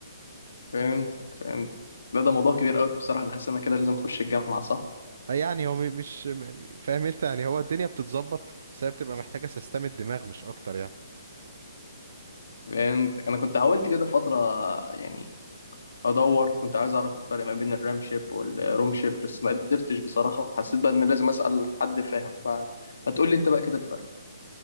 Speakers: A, on the left; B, on the right.
A: فهمتك فهمت لا ده موضوع كبير قوي بصراحة أنا حاسس إن أنا كده لازم أخش الجامعة صح
B: آه، يعني هو م- مش م- فاهم انت يعني هو الدنيا بتتظبط بس هي بتبقى محتاجة سيستم الدماغ مش أكتر يعني
A: فهمتك أنا كنت حاولت كده فترة يعني أدور كنت عايز أعرف الفرق ما بين الرام شيب والروم شيب بس ما قدرتش بصراحة وحسيت بقى إن لازم أسأل حد فاهم فما تقول لي أنت بقى كده الفرق